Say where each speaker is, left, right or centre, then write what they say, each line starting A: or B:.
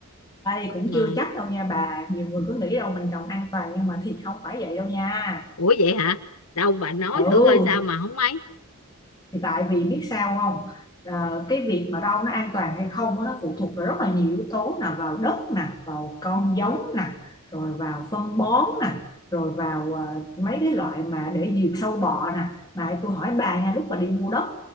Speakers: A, on the left (about 20°); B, on the left (about 80°).
A: Đây cũng
B: Ờ,
A: chưa chắc đâu nha bà, nhiều người cứ nghĩ đâu mình trồng an toàn nhưng mà thì không phải vậy đâu nha.
B: ủa vậy hả đâu bà nói
A: Ừ.
B: thử coi sao mà không mấy
A: thì tại vì biết sao không Ờ, cái việc mà rau nó an toàn hay không nó phụ thuộc vào rất là nhiều yếu tố là vào đất nè vào con giống nè rồi vào phân bón nè rồi vào ờ, mấy cái loại mà để diệt sâu bọ nè mà tôi hỏi bà nha lúc bà đi mua đất